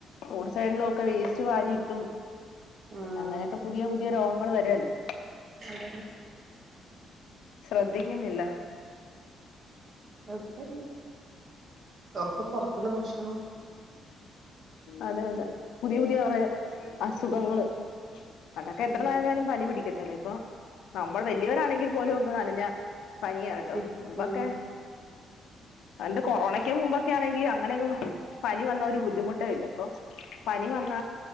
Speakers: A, on the left; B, on the right.
A: റോഡ് സൈഡിലും ഒക്കെ വേസ്റ്റ് വരിയിട്ടും
B: ഉം
A: അങ്ങനെയൊക്കെ പുതിയ പുതിയ രോഗങ്ങൾ വരല്ലേ
B: അതെ
A: ശ്രദ്ധിക്കുന്നില്ല
B: അതന്നെ ഒക്കെ പുറത്തുന്ന് ഭക്ഷണ
A: അതെ അതെ പുതിയ പുതിയ അസുഖങ്ങള് പണ്ടൊക്കെ എത്ര
B: ഉം
A: നനഞ്ഞാലും പനി പിടിക്കത്തല്ലേ ഇപ്പൊ നമ്മൾ വലിയവരാണെങ്കിൽ പോലും ഒന്ന് നനഞ്ഞ പനിയ കേട്ടോ
B: പി
A: മുമ്പൊക്കെ
B: ഉം
A: പണ്ട് കൊറോണയ്ക്ക് മുമ്പൊക്കെ ആണെങ്കി അങ്ങനെയങ്ങും പനി വന്ന ഒരു ബുദ്ധിമുട്ട ഇല്ല പ്പോ പനി വന്ന